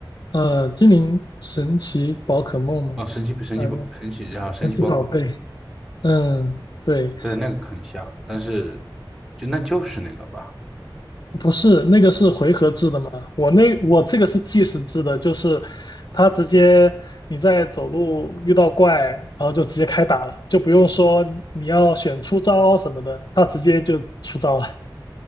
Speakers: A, on the left (about 55°); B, in the centre.
A: 呃，精灵神奇宝可梦吗？
B: 哦，神奇神奇宝神奇啊，
A: 嗯，
B: 神奇宝可梦
A: 神奇宝贝。嗯，对，
B: 对，那个很像，但是就那就是那个吧。
A: 不是那个是回合制的嘛？我那我这个是计时制的，就是它直接你在走路遇到怪，然后就直接开打了，就不用说你要选出招什么的，它直接就出招了。